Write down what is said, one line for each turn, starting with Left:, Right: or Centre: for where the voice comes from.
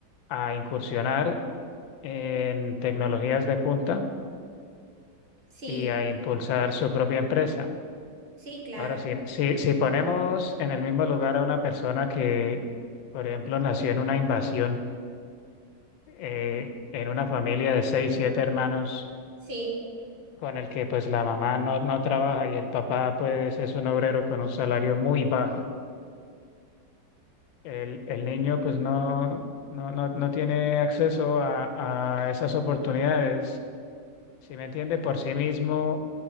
Left: a incursionar en tecnologías de punta
Right: Sí,
Left: y a impulsar su propia empresa.
Right: sí, claro.
Left: Ahora, si, si, si ponemos en el mismo lugar a una persona que, por ejemplo, nació en una invasión, eh, en una familia de seis, siete hermanos,
Right: Sí.
Left: con el que pues la mamá no, no trabaja y el papá pues es un obrero con un salario muy bajo. El, el niño pues no, no, no, no tiene acceso a, a esas oportunidades. Si me entiende, por sí mismo